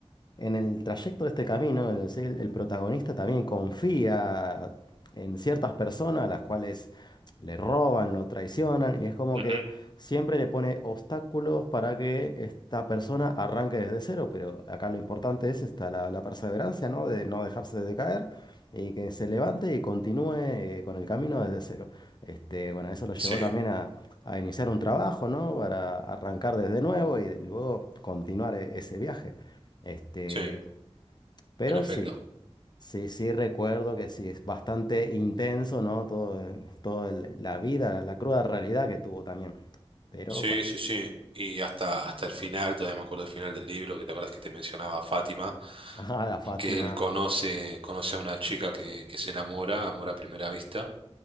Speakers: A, on the left (about 40°); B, on the right (about 55°).
A: en el trayecto de este camino, el, el- el protagonista también confía en ciertas personas, las cuales le roban, lo traicionan, y es como
B: Ujú.
A: que siempre le pone obstáculos para que esta persona arranque desde cero, pero acá lo importante es esta, la, la perseverancia, ¿no? De no dejarse de caer y que se levante y continúe eh, con el camino desde cero. Este, bueno, eso lo llevó
B: Sí,
A: también a, a iniciar un trabajo, ¿no? Para arrancar desde nuevo y luego continuar eh, ese viaje. Este,
B: sí,
A: pero
B: en efecto.
A: sí, sí, sí recuerdo que sí, es bastante intenso, ¿no? Todo, eh, todo el- la vida, la, la cruda realidad que tuvo también. Pero
B: Sí,
A: bueno,
B: sí, sí. Y hasta, hasta el final, todavía me acuerdo el final del libro, que te acuerdas que te mencionaba a Fátima.
A: <laughs> ajá, la Fátima,
B: que él conoce, conoce a una chica que, que se enamora, amor a primera vista,